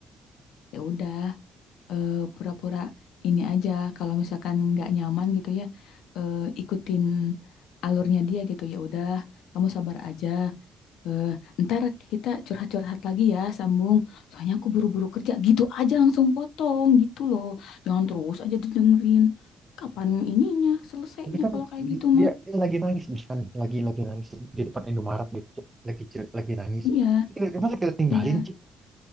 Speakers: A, on the left (about 80°); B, on the right (about 20°).
A: ya udah, eee, pura-pura ini aja kalau misalkan nggak nyaman gitu ya, eee, ikutin alurnya dia gitu, ya udah kamu sabar aja, eee, entar kita curhat-curhat lagi ya, sambung, soalnya aku buru-buru kerja, gitu aja langsung potong, gitu loh. Jangan terus aja didengerin, kapan ininya, selesainya
B: ini kan
A: kalau kayak
B: di-
A: gitu
B: dia
A: mah.
B: dia lagi nangis misalkan nih lagi lagi nangis di depan Indomaret gitu Cie. lagi Cie, lagi nangis
A: Iya,
B: Kita- masa kita tinggalin
A: iya.
B: cie